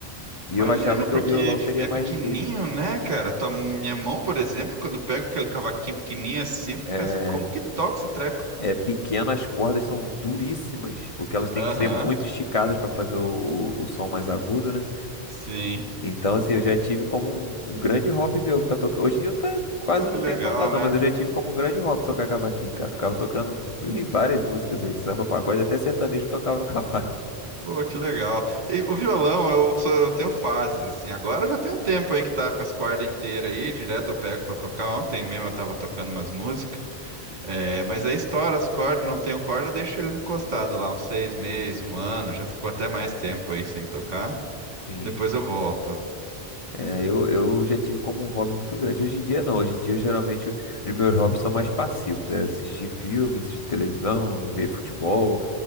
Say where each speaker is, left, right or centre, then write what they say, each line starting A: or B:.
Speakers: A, on the left; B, on the right.
A: E
B: Imagina,
A: eu achava que
B: porque
A: o violão
B: tipo,
A: seria
B: é
A: mais
B: pequenininho,
A: difícil.
B: né, cara? Tua- minha mão, por exemplo, quando eu pego aquele cavaquinho pequenininho assim, eu fico
A: É,
B: pensando, como que toca esse treco, cara?
A: é pequeno, as cordas são duríssimas, porque elas têm
B: Aham,
A: que ser muito esticadas para fazer o, o, o som mais agudo, né?
B: sim.
A: Então, assim, eu já tive como um, um grande hobby meu ficar tocando. Hoje em dia eu até quase
B: Pô, que
A: não
B: legal,
A: tenho tocado,
B: né?
A: não, mas eu já tive como um grande hobby tocar cavaquinho, cara. Ficava tocando ih, várias músicas aí, samba, pagode, até sertanejo eu tocava no <laughs> cavaco.
B: Pô, que legal. E o violão, eu, só, eu tenho fases, assim. Agora eu já tem um tempo aí que tá com as cordas inteiras aí, direto eu pego pra tocar. Ontem mesmo eu tava tocando umas músicas. É, mas aí estoura as cordas, não tenho corda, eu deixo ele encostado lá uns seis meses, um ano, já ficou até mais tempo aí sem tocar.
A: Sim.
B: Depois eu volto.
A: É, eu, eu já tive como um hobby muito grande. Hoje em dia não, hoje em dia geralmente os meus hobbies são mais passivos. É assistir filme, assistir televisão, ver futebol.